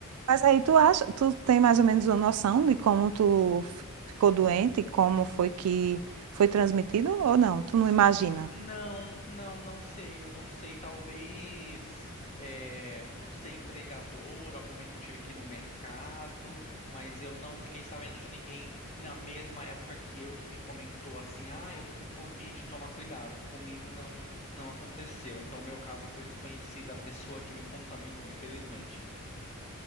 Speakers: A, on the right (about 80°); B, on the left (about 30°).
A: Mas aí tu acha, tu tem mais ou menos uma noção de como tu f- ficou doente e como foi que foi transmitido ou não? Tu não imagina?
B: Não, não, não sei, eu não sei. Talvez, é, não sei, entregador, algum momento que eu tive que ir no mercado, mas eu não fiquei sabendo de ninguém na mesma época que eu que me comentou assim, ah, eu tô com Covid, toma cuidado. Comigo não, não aconteceu. Então, o meu caso foi desconhecida a pessoa que me contaminou, infelizmente.